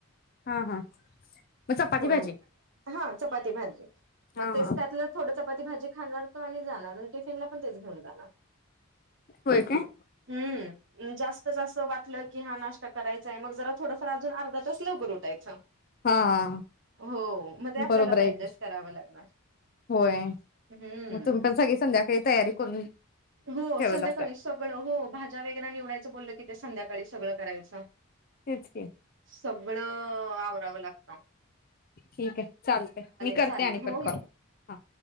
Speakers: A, on the left (about 40°); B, on the right (about 55°).
A: हा हा मग चपाती
B: हो
A: भाजी.
B: हा चपाती भाजी.
A: हा
B: मग तेच
A: हा
B: त्यातलं थोड चपाती भाजी खाणार तो आणि जाणार, टिफिन ला पण तेच घेऊन जाणार.
A: होय काय?
B: हम्म जास्त जास्त वाटलं की हा नाशा करायचाय, मग ज थोडंफार अजून आर्धा तास लवकर उठ यचं.
A: हा हा,
B: हो मग ते आपल्यालाच
A: बरोबर आहे
B: ऍडजस्ट
A: की.
B: कराव लागणार
A: होय.
B: हम्म.
A: मग तुम्ही पण सगळी संध्याकाळी तयारी करून
B: हो
A: ठेवत
B: संध्याकाळी
A: असाल.
B: सगळं हो, भाज्या वगैर निवडायचं बोललं कि ते संध्याकाळी काळी सगळं करायच.
A: तेच की
B: सगळं आवरावं लागत. हा
A: ठीक आहे चालते. मी करते
B: चालेल
A: आणि
B: हो
A: परण कॉल
B: हो
A: हा.